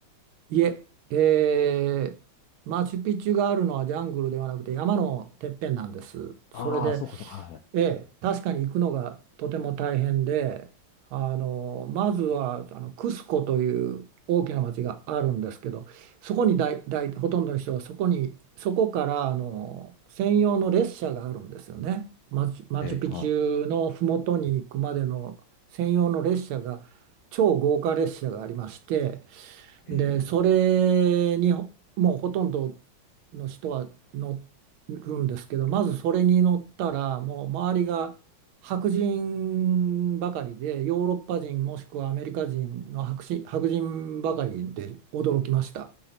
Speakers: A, on the right (about 85°); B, on the left (about 75°).
A: え。いえ、ええ、マチュピチュがあるのはジャングルではなくて山のてっぺんなんです。それで、
B: ああ、そうか、そうか。は
A: ええ、確かに行くのがとても大変で、あの、まずはあのクスコという大きな町があるんですけど、そこにだい、だい、ほとんどの人はそこに、そこからあの専用の列車があるんですよね。マチュ、マチュピチュの麓に行くまでの専用の列車が、
B: い。はい。は
A: 超豪華列車がありまして、で、
B: い。へえ
A: それにほもうほとんどの人は乗るんですけど、まずそれに乗ったら、もう周りが白人ばかりで、ヨーロッパ人もしくはアメリカ人の白人、白人ばかりで驚きました。